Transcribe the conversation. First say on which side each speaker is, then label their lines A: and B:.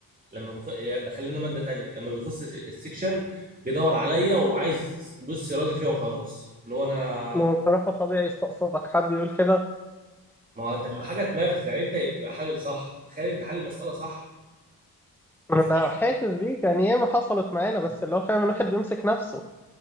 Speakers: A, on the right; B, in the centre.
A: لما بخ... دخلنا ماده تانية لما بيخش الس- السكشن بيدور عليا وعايز يبص يرازي فيا وخلاص اللي هو انا
B: ما هو بصراحه طبيعي يستقصدك حد يقول كده
A: ما هو- طب ما حاجه تنرفز يعني انت تبقى حل صح تخيل انت حل المساله صح
B: انا
A: وفي الاخر
B: حاسس بيك يعني ياما حصلت معانا بس اللي هو فاهم الواحد بيمسك نفسه